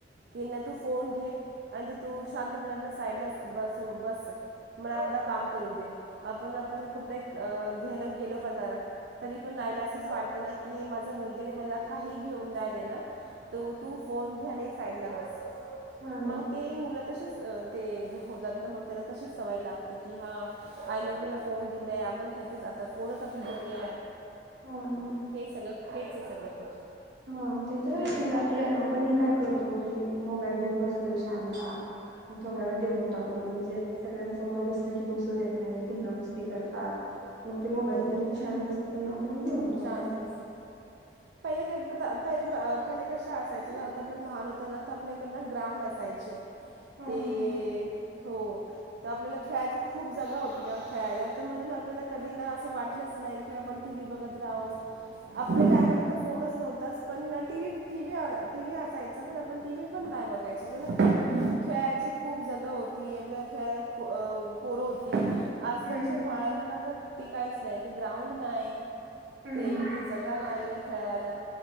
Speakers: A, on the right; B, on the right.
A: की ना तू फोन घे, आणि तू तू शांतपणे आपल्या साईडला बस बस मला आपलं काम करू दे आपण आपण कपडे घ्याल गेलो बाजारात तरी पण आईला असंच वाटतं ना की माझ्या मुलगीने मला काही घेऊन द देणार त तू फोन घ्याने साईडला बस
B: हा
A: मग
B: ना
A: ते मुलं तसेच ते होतात ना मग त्यांना तशीच सवय लागते. की हा आईने आपल्याला फोन दिलाय आपण ह्याच्याच आता फोनच आपली दुनिया आहे.
B: हा हा.
A: हे सगळं <unintelligible> आहे. सगळं कुच
B: हा ते तर आहेय म्हणजे आपलं आपण हे काय करतो की, मोबाईल घेऊन बसलोय शांत मग थोडा वेळ देऊन टाकू, म्हणजे सगळ्यांसमोर बसलं की बसू देत नाही. दंगा मस्ती करतात. मग ते मोबाईल
A: हो
B: दिले क ान बसतात, मग आपण देऊन टाकतो.
A: शांत बसत, पहिलेहि पहिले कशा असायच आता पण लहान होत ना तर आपल्याकडन ग्राउंड असायचे
B: हा
A: ते
B: हा.
A: हो, तर आपल्याला खेळायची खूप जागा होती ना खेळायला तर म्हणून आपल्याला कधी ना असं वाटलंच नाही की आपण टीव्ही बघत राहू आपल्या टायम फोनच नव्हताच पण टीव्ही, टीव्ही असायचा पण आपण टीव्ही पण नाही बघायच, आपल्याला खेळायची खूप जग होती, आपल्याला खेळायला पोर होती. आजकालच्या
B: हम्म
A: बाळ
B: हम्म.
A: ना तर ते काहीच नाही ते ग्राउंड नाही.
B: हम्म
A: ते
B: हम्म.
A: ते जगा नाही. खेळायला,